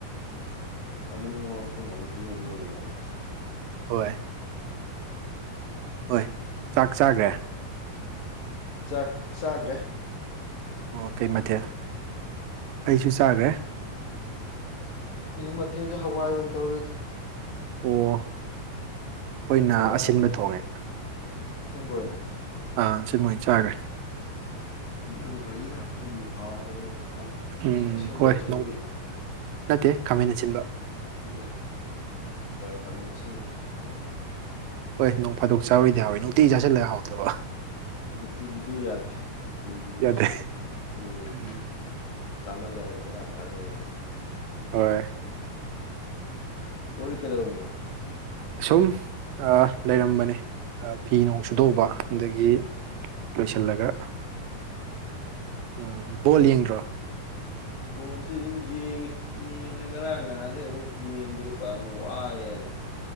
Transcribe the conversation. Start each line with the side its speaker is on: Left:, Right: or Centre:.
Left: ꯍꯥꯏ ꯃꯤꯅꯤꯡ ꯃꯃꯥꯡ ꯑꯣꯟꯊꯣꯛꯅꯕꯩꯪ ꯐꯤꯚꯝ ꯑꯃ ꯂꯩꯔꯦ ꯌꯗꯔꯦ
Right: ꯍꯣꯏ ꯍꯣꯏ ꯆꯥꯛ ꯆꯥꯈ꯭ꯔꯦ
Left: ꯥꯛ ꯆꯥꯈ꯭ꯔꯦ
Right: ꯑꯣ ꯀꯩ ꯃꯊꯦꯜ ꯑꯩꯁꯨ ꯆꯥꯒ꯭ꯔꯦ
Left: ꯁꯤꯗꯤ ꯃꯊꯦꯟꯁꯦ ꯍꯋꯥꯏ ꯑꯣꯏꯅ ꯇꯧꯔꯤ
Right: ꯑꯣ ꯑꯩꯈꯣꯏꯅ
Left: ꯍꯋꯥꯏꯅ
Right: ꯑꯁꯤꯟꯕ
Left: ꯑꯣꯏꯅ
Right: ꯊꯣꯡꯉꯦ
Left: ꯁꯤꯟꯕ ꯑꯣꯏꯅ
Right: ꯑꯥ ꯁꯤ ꯃꯣꯏ ꯆꯥꯈ꯭ꯔꯦ
Left: ꯁꯤꯡꯁꯨ ꯐꯩꯗ ꯁꯤꯡ ꯍꯥꯎꯈꯔꯦ
Right: ꯎꯝ
Left: ꯆꯁꯤꯟ
Right: ꯍꯣꯏ
Left: ꯗꯤ ꯁꯧꯒꯔꯤ
Right: ꯅꯣꯡ ꯅꯠꯇꯦ ꯈꯥꯃꯦꯟ ꯑꯁꯤꯟꯕ
Left: ꯃ ꯀꯥꯃꯦꯟꯁꯤꯡꯁꯨ ꯐꯥꯎ
Right: ꯍꯣꯏ ꯅꯣꯡ ꯐꯥꯗꯣꯛ ꯆꯔꯣꯏꯗꯤ ꯍꯥꯎꯋꯏ ꯅꯨꯡꯇꯤ ꯆꯥꯁꯤꯜꯂꯦ ꯍꯥꯎꯇꯕ
Left: ꯅꯨꯡꯇꯤꯒꯤꯗꯤ ꯌꯥꯗꯦ ꯅꯨꯡꯇꯤꯒꯤꯗꯤ ꯀꯩꯁꯨ
Right: ꯌꯥꯗꯦ
Left: ꯑꯩꯒꯤ
Right: ꯎꯝ
Left: ꯆꯥꯃꯜꯂꯛꯑꯗꯤ ꯕꯦꯔꯥ ꯀꯥꯔꯦꯕ
Right: ꯍꯣꯏ
Left: ꯎ ꯀꯩꯗꯧꯔꯝꯃꯤꯅꯣ
Right: ꯑꯁꯨꯝ ꯑ ꯂꯩꯔꯝꯕꯅꯦ ꯑ ꯐꯤ ꯅꯣꯡ ꯁꯨꯗꯣꯛꯎꯕ ꯑꯗꯒꯤ ꯂꯣꯏꯁꯤꯜꯂꯒ ꯑ ꯕꯣꯜ ꯌꯦꯡꯗ꯭ꯔꯣ
Left: ꯕꯣꯣꯟꯁꯤ ꯑꯗꯨꯝ ꯌꯦꯡꯉꯦ ꯌꯦꯡꯕꯁꯦ ꯉꯔꯥꯡ ꯅꯍꯥꯟꯗꯒꯤꯩ ꯑꯃꯨꯛ ꯌꯦꯡꯗ꯭ꯔꯔꯤꯀꯅ ꯋꯥꯏꯑꯦꯅ